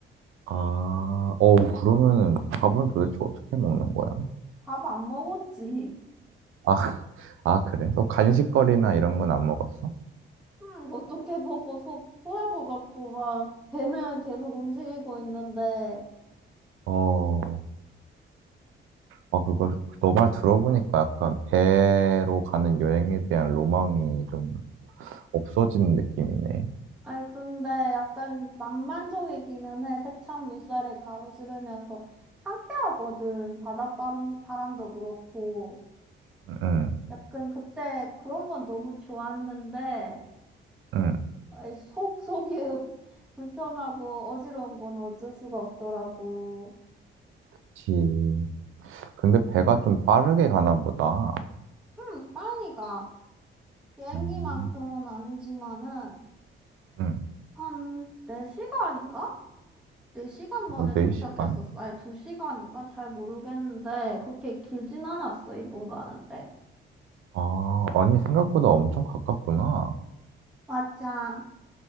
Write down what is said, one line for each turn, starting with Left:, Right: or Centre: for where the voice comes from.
Right: 아, 어우, 그러면은 밥은 도대체 어떻게 먹는 거야?
Centre: 밥 안 먹었지.
Right: 아, 아, 그래? 너 간식거리나 이런 건 안 먹었어?
Centre: 응, 어떻게 보고 속 토할 것 같고 막 배는 계속 움직이고 있는데
Right: 어, 아, 그거, 너 말 들어보니까 약간 배로 가는 여행에 대한 로망이 좀 없어지는 느낌이네.
Centre: 아니, 근데 약간 낭만적이기는 해. 세찬 물살에 가로지르면서 상쾌하거든. 바닷바람, 바람도 그렇고.
Right: 응,
Centre: 약간 그때 그런 건 너무 좋았는데,
Right: 응, 그
Centre: 아이, 속, 속이 <laughs> 불편하고 어지러운 건 어쩔 수가 없더라고.
Right: 지 근데 배가 좀 빠르게 가나 보다.
Centre: 응, 빨리 가. 비행기만큼은
Right: 응,
Centre: 아니지만은,
Right: 응.
Centre: 한 4시간인가? 4시간
Right: 뭐,
Centre: 만에
Right: 4시간?
Centre: 도착했었어. 아니, 2시간인가? 잘 모르겠는데, 그렇게 길진 않았어, 일본 가는데.
Right: 아, 아니, 생각보다 엄청 가깝구나.
Centre: 맞아.